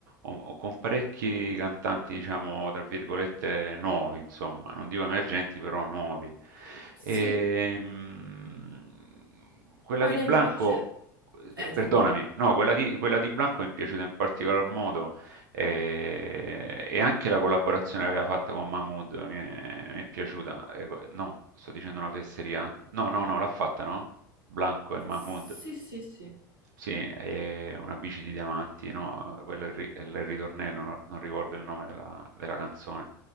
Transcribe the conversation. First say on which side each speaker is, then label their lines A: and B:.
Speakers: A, on the right; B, on the right.
A: o, o con parecchi cantanti, diciamo, tra virgolette, nuovi, insomma, non dico emergenti, però nuovi.
B: Sì.
A: E, mh, quella
B: Poi
A: di
B: lei
A: Blanco,
B: mi piace... Eh,
A: eh, perdonami,
B: dimmi.
A: no, quella di, quella di Blanco mi è piaciuta in particolar modo eh, e, anche la collaborazione che aveva fatta con Mahmood mi è, mi è piaciuta. Eh, co- no, sto dicendo una fesseria. No, no, no, l'ha fatta, no? Blanco e Mahmood.
B: Sì, sì, sì.
A: Sì, è una bici di diamanti, no? Quello è il, ri- è il ritornello, no- non ricordo il nome della, della canzone.